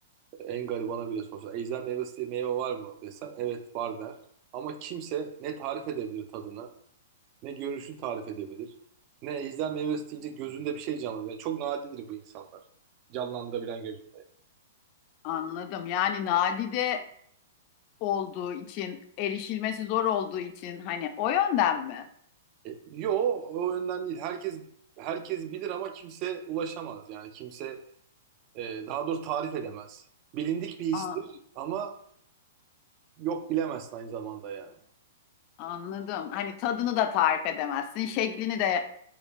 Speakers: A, on the right; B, on the left.
A: En garibana bile sorsa Ejder meyvesi diye meyve var mı desen evet var der. Ama kimse ne tarif edebilir tadını ne görünüşünü tarif edebilir. Ne ejder meyvesi deyince gözünde bir şey canlanır. Yani çok nadirdir bu insanlar. Canlandırabilen gözünde.
B: Anladım. Yani nadide olduğu için, erişilmesi zor olduğu için hani o yönden mi?
A: E, yo o yönden değil. Herkes herkes bilir ama kimse ulaşamaz. Yani kimse e, daha doğrusu tarif edemez. Bilindik bir histir
B: Anladım.
A: ama yok bilemezsin aynı zamanda yani.
B: Anladım. Hani tadını da tarif edemezsin. Şeklini de